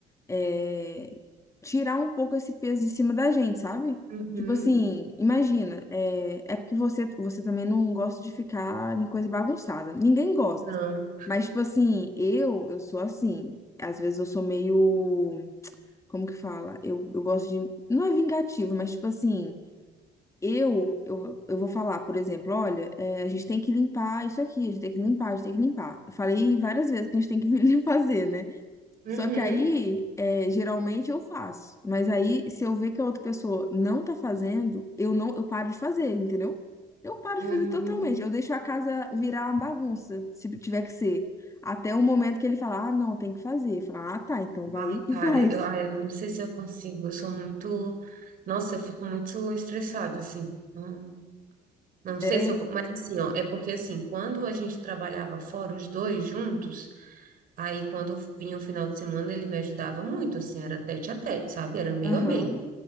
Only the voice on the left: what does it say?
é, tirar um pouco esse peso de cima da gente, sabe?
Tipo assim, imagina, é, é porque você, você também não gosta de ficar em coisa bagunçada. Ninguém gosta.
Mas, tipo assim, eu, eu sou assim. Às vezes eu sou meio. Como que fala? Eu, eu gosto de. Não é vingativo, mas, tipo assim, eu, eu, eu vou falar, por exemplo, olha, é, a gente tem que limpar isso aqui, a gente tem que limpar, a gente tem que limpar. Eu falei várias vezes que a gente tem que <laughs> limpar, fazer, né?
Só que aí, é, geralmente eu faço. Mas aí, se eu ver que a outra pessoa não tá fazendo, eu não, eu paro de fazer, entendeu? Eu paro de
fazer totalmente. Eu deixo a casa virar uma bagunça, se tiver que ser. Até o momento que ele falar, ah, não, tem que fazer. Falar, ah, tá, então vai
e
<laughs> faz.
É,
aham,